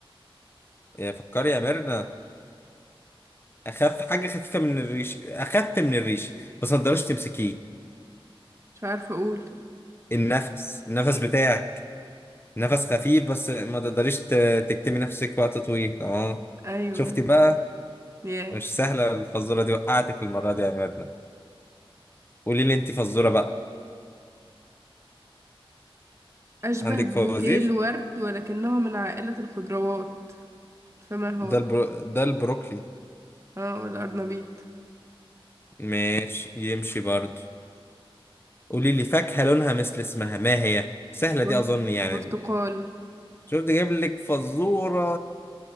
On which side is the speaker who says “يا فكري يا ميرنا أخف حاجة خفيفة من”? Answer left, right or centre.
Left